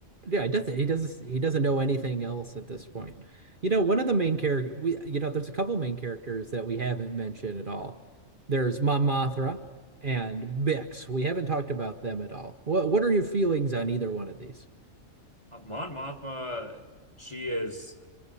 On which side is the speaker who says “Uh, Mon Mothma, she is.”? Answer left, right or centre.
Left